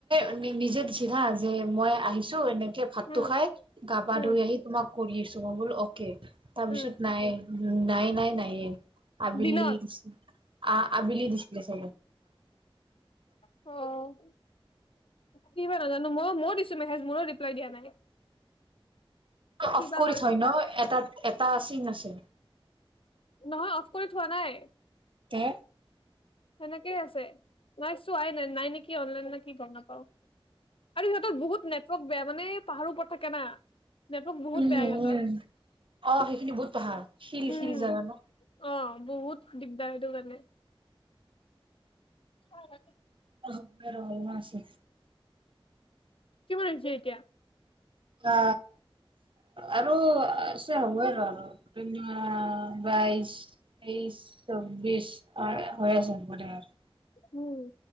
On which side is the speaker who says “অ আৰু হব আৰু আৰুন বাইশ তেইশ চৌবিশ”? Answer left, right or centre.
Right